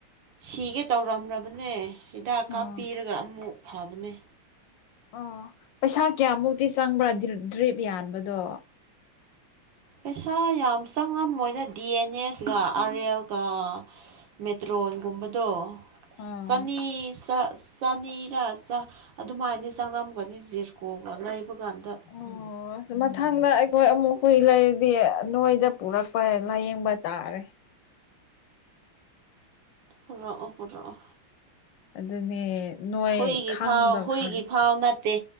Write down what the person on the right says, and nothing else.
ꯁꯤꯒꯦ ꯇꯧꯔꯝꯔꯕꯅꯦ ꯍꯤꯗꯥꯛ
ꯀꯥꯞꯄꯤꯔꯒ ꯑꯃꯨꯛ ꯐꯕꯅꯦ
ꯄꯩꯁꯥ ꯌꯥꯝ ꯆꯪꯉꯝꯃꯣꯏꯗꯥ ꯗꯤ ꯑꯦꯟ ꯑꯦꯁ ꯀ ꯑꯥꯔ ꯑꯦꯜꯒ ꯃꯦꯇ꯭ꯔꯣꯟꯒꯨꯝꯕꯗꯣ
ꯆꯅꯤ ꯆ ꯆꯅꯤꯔꯥ ꯆꯥ ꯑꯗꯨꯃꯥꯏꯟꯗꯤ ꯆꯪꯉꯝꯒꯅꯤ ꯖꯦꯜ ꯀꯣꯒ ꯂꯩꯕ ꯀꯥꯟꯗ
ꯄꯨꯔꯛꯑꯣ ꯄꯨꯔꯛꯑꯣ
ꯍꯨꯏꯒꯤ
ꯐꯥꯎ ꯍꯨꯏꯒꯤ
ꯐꯥꯎ ꯅꯠꯇꯦ